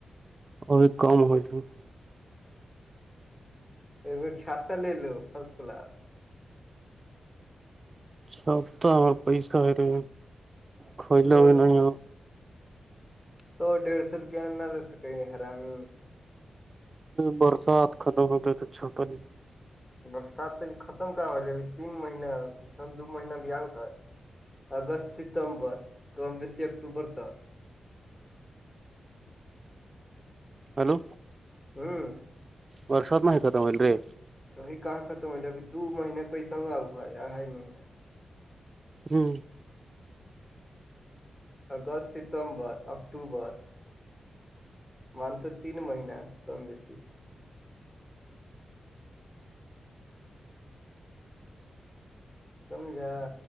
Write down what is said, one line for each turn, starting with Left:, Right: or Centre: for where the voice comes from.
Right: اور بھی کم ہو ج
Left: ای چھہ لے لو فرسٹ کلاس
Right: سب تو ہمار پیسہ ہےے کئی
Left: سو
Right: ل بھی نہیں آ
Left: سو ڈیھ سو روپ انناالس کائی نہیں خرامی
Right: برسات ختم ہو گ تو اچ چھا تو نہیں
Left: برسات تو ا بھیھی ختم کہاں ہو ہے ابھی تین مہینے ک دو مہین بھی آ گ ہے اگست ستمبرس سے اکتوبر تک
Right: ہیلو
Left: ہاں
Right: ورساد م میں ہیتمولل ری
Left: وہی کہاں ختم ہو جب دو مہینے پیسوں ابا اڑھائی مہینہ
Right: ہوں
Left: اگست ستمبر اکٹوبر مل تو تین مہین کم بیسی سمجھا